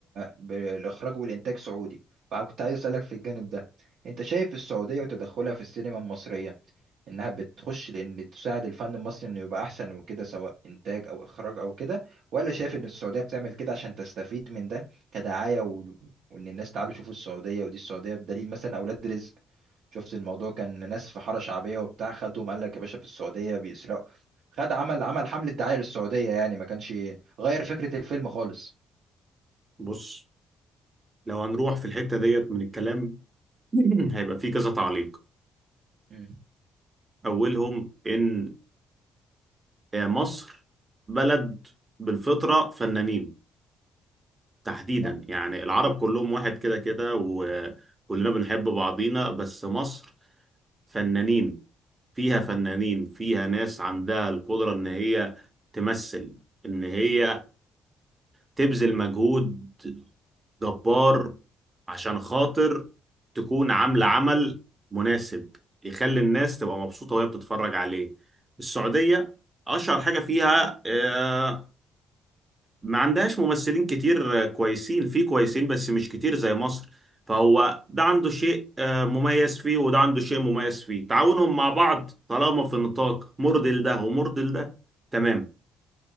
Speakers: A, on the right (about 70°); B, on the right (about 25°).
A: بالاخراج والانتاج سعودي فكنت عايز اسالك في الجانب ده انت شايف السعودية وتدخلها في السينما المصرية انها بتخش لان تساعد الفن المصري انه يبقى احسن وكده سواء انتاج او اخراج او كده ولا شايف ان السعودية بتعمل كده عشان تستفيد من ده كدعاية و... وان الناس تعالوا شوفوا السعودية ودي السعودية بدليل مثلا اولاد رزق شفت الموضوع كان ناس في حارة شعبية وبتاع خدهم قال لك يا باشا في السعودية بيسرقوا خد عمل عمل حملة دعاية للسعودية يعني ما كانش غير فكرة الفيلم خالص
B: بص لو هنروح في الحتة ديت من الكلام <laughs> هيبقى في كذا تعليق
A: مم.
B: أولهم إن آه، مصر بلد بالفطرة فنانين تحديدا
A: صح
B: يعني العرب كلهم واحد كده كده وكلنا بنحب بعضينا بس مصر فنانين فيها فنانين فيها ناس عندها القدرة ان هي تمثل ان هي تبذل مجهود جبار عشان خاطر تكون عاملة عمل مناسب يخلي الناس تبقى مبسوطة وهي بتتفرج عليه السعودية أشهر حاجة فيها آه، ما عندهاش ممثلين كتير كويسين في كويسين بس مش كتير زي مصر فهو ده عنده شيء آه، مميز فيه وده عنده شيء مميز فيه تعاونهم مع بعض طالما في نطاق مرضي لده ومرضي لده تمام